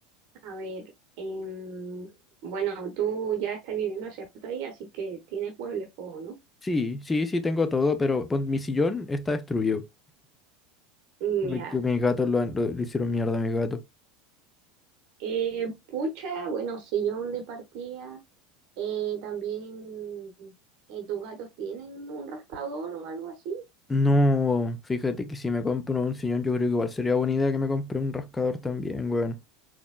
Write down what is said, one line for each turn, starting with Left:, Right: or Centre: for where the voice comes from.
Right: a ver, em, bueno, tú ya estás viviendo hace rato ahí, así que tienes muebles, po, ¿no?
Left: Sí, sí, sí, tengo todo, pero pon- mi sillón está destruido.
Right: Mm,
Left: Porque
Right: Ya.
Left: mis gatos lo, han- lo- le hicieron mierda a mis gatos.
Right: Eh, pucha, bueno, sillón de partida. Eh, también, eh, ¿tus gatos tienen un rascador o algo así?
Left: No, fíjate que si me compro un sillón, yo creo que igual sería buena idea que me compre un rascador también, weón.